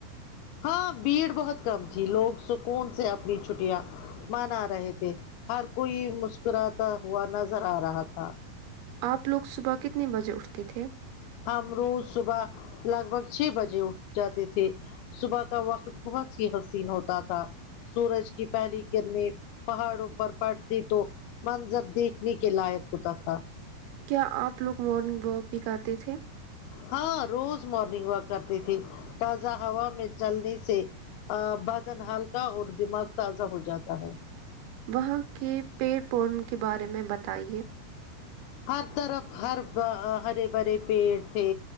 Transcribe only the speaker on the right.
آپ لوگ صبح کتنے بجے اٹھتے تھے
کیا آپ لوگ مارننگ واک بھی کرتے تھے
وہاں کے پیڑ پورن کے بارے میں بتائیے